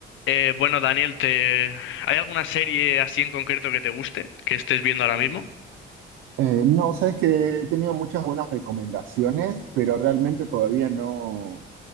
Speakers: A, on the left; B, on the right.
A: Eh, bueno, Daniel, te... ¿hay alguna serie así en concreto que te guste, que estés viendo ahora mismo?
B: Eh, no, sabes que he tenido muchas buenas recomendaciones, pero realmente todavía no,